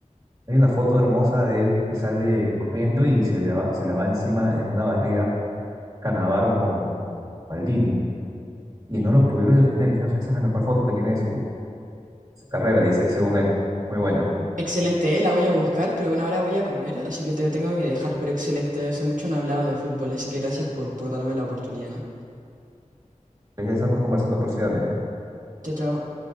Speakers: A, on the right (about 25°); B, on the right (about 80°).
A: Hay una foto hermosa de él que sale corriendo y se le va, se le va encima en una barrida Canavaro con Maldini. Y no lo pudieron detener. Es una- esa es la mejor foto que tiene de su, su carrera, dice, según él. Muy buena.
B: Excelente, eh, La voy a buscar, pero bueno, ahora voy a comer, así que te tengo que dejar, pero excelente, hace mucho no hablaba de fútbol, así que gracias por, por darme la oportunidad, ¿no?
A: Pues ya estamos conversando próximamente.
B: Chao, chao.